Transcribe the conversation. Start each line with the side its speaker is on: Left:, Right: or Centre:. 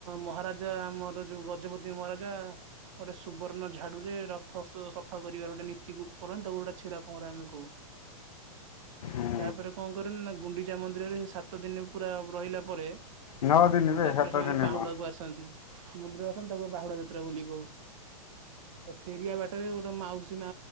Right: ମହାରାଜା ଆମର ଯୋଉ ଗଜପତି ମହାରାଜା ଗୋଟେ ସୁବର୍ଣ୍ଣ ଝାଡୁରେ ରଥ ସଫା କରିବାର ଗୋଟେ ନୀତିକୁ କରନ୍ତି ତାକୁ ଗୋଟେ ଛିେରା ପହଁରା ଆମେ କହୁ
Left: ହୁଁ
Right: ତାପରେ କଣ କରେନ ନା ଗୁଣ୍ଡିଚା ମନ୍ଦିରରେ ସେ ସାତ ଦିନ ପୁରା ରହିଲା ପରେ
Left: ନଅ ଦିନ ବେ
Right: ତାପରେ
Left: ସାତ
Right: ସେମାନେ
Left: ଦିନ
Right: ବାହୁଡା
Left: ନୁହଁ।
Right: କୁ ଆସନ୍ତି୍ରୀ ମନ୍ଦିର ଆସନ୍ତି ତାକୁ ବାହୁଡା ଯାତ୍ରା ବୋଲି କହୁ ଫେରିବା ବାଟରେ ଗୋଟେ ମାଉସୀ ମା